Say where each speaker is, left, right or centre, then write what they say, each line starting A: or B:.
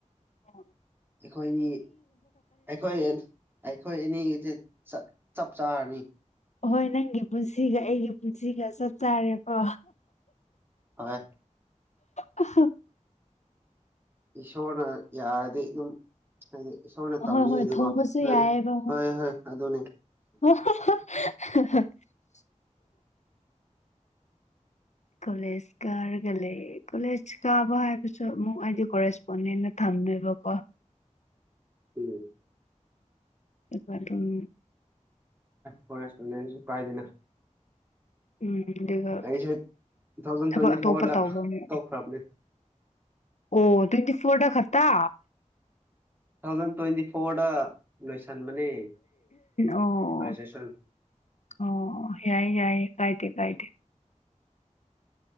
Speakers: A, on the left; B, on the right.
A: ꯑꯣ
B: ꯑꯩꯈꯣꯏꯅꯤ ꯑꯩꯈꯣꯏ ꯑꯩꯈꯣꯏꯅꯤ ꯆ ꯆꯞ ꯆꯥꯔꯅꯤ
A: ꯍꯍꯣꯏ ꯅꯪꯒꯤ ꯄꯨꯟꯁꯤꯒ ꯑꯩꯒꯤ ꯄꯨꯟꯁꯤꯒ ꯆꯞ ꯆꯥꯔꯦꯀꯣ
B: ꯑꯦ
A: ꯑ
B: ꯏꯁꯣꯅ ꯌꯥꯔꯗꯝ ꯍꯥꯏꯗꯤ ꯏꯁꯣꯝꯅ ꯇꯝꯕꯤꯌꯦꯗꯤꯀꯣꯗꯤ
A: ꯍꯣꯏ ꯍꯣꯏ ꯊꯨꯡꯕꯁꯨ ꯌꯥꯏꯑꯕ
B: ꯍꯣꯏ ꯍꯣꯏ ꯑꯗꯨꯅꯦ
A: ꯍꯣꯏ <unintelligible> ꯀꯣꯂꯦꯖ ꯀꯥꯔꯒ ꯂꯩ ꯀꯣꯂꯦꯖ ꯀꯥꯕ ꯍꯥꯏꯕꯁꯨ ꯑꯃꯨꯛ ꯑꯩꯗꯤ ꯀꯣꯔꯦꯁꯄꯣꯟꯗꯦꯟꯅ ꯊꯝꯃꯦ ꯕꯀꯣ
B: ꯎꯝ
A: ꯑꯦꯄꯥ ꯑꯗꯨꯝ
B: ꯐꯔꯦꯁ ꯄꯥꯏꯗꯅ
A: ꯎꯝ ꯑꯗꯨꯒ
B: ꯑꯩꯁꯦ ꯇꯨ ꯊꯥꯎꯖꯟ
A: ꯊꯕꯛ
B: ꯇ꯭ꯋꯦꯟꯇꯤ
A: ꯑꯇꯣꯞꯄ
B: ꯐꯣꯔꯗ
A: ꯇꯧꯕ ꯑꯃꯨ
B: ꯇꯣꯛꯈ꯭ꯔꯕꯅꯦ
A: ꯑꯣ ꯇ꯭ꯋꯦꯟꯇꯤ ꯐꯣꯔ ꯈꯠꯇ
B: <unintelligible> ꯇꯨ ꯊꯥꯎꯖꯟ ꯇ꯭ꯋꯦꯟꯇꯤ ꯐꯣꯔꯗ ꯂꯣꯏꯁꯟꯕꯅꯦ
A: ꯑꯣ
B: ꯒ꯭ꯔꯦꯖꯨꯑꯦꯁꯟo
A: ꯑꯣ ꯌꯥꯏꯏ ꯌꯥꯏꯌꯦ ꯀꯥꯏ ꯇ ꯀꯥꯏ ꯇ